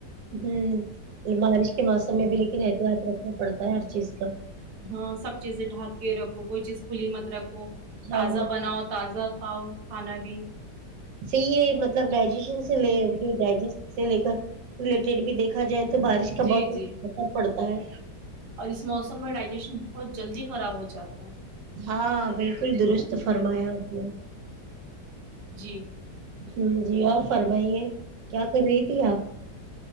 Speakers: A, on the right (about 80°); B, on the right (about 60°).
A: ہم بارش کے موسم میں بھی لیکن احتیاط رکھنا پڑتا ہے ہر چیز کا
B: ہاں سب چیزیں ڈھانک کے رکھو کوئی چیز کھلی مت رکھو
A: ہاں
B: تازہ بناؤ تازہ کھاؤ کھانا بھی
A: صحیح ہے یہ مطلب ڈائجیشن سے لے جو ڈائجیس سے لے کر لٹ ٹیڈ بھی دیکھا جائے تو بارش کا
B: جی
A: بہت
B: جی
A: اثر پڑتا ہے
B: اور اس موسم میں ڈائجیشن بہت جلدی خراب ہو جاتا ہے
A: ہاں بالکل درست فرمایا آپ نے
B: جی
A: ہم جی اور فرمائیے کیا کر رہی تھی آپ